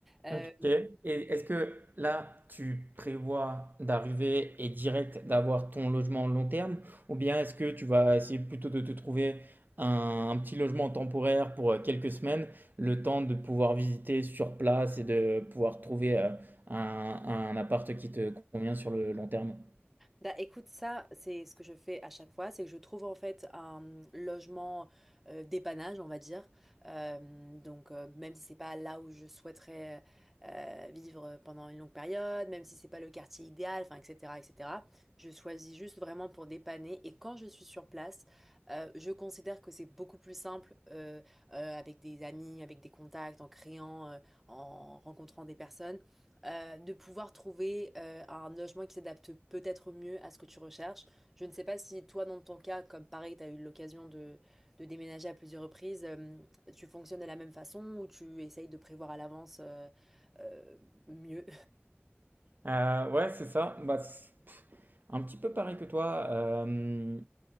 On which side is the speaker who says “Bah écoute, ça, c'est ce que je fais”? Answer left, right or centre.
Centre